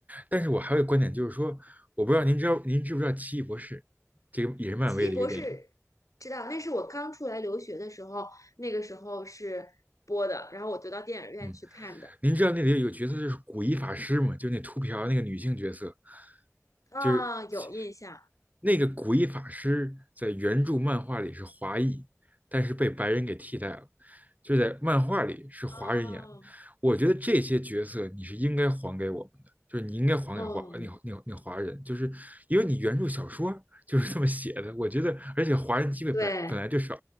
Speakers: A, on the right (about 30°); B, on the left (about 75°).
A: 但是我还有一个观点就是说，我不知道您知道您知不知道《奇异博士》这个也是漫威的一个电影，
B: 奇异博士，知道，那是我刚出来留学的时候，那个时候是播的，然后我就到电影院去看的。
A: 嗯，您知道那里有一个角色就是古一法师吗？就那秃瓢那个女性角色，
B: 啊、
A: 就是
B: 有印象。
A: 那个古一法师在原著漫画里是华裔，但是被白人给替代了，就在漫画里是华人演的。
B: 哦，
A: 我觉得这些角色你是应该还给我们的，就是你应该还给华那那那华人，
B: 哦，
A: 就是因为你原著小说就是这么写的。我觉得，而且华人机会本来本来就少，
B: 对，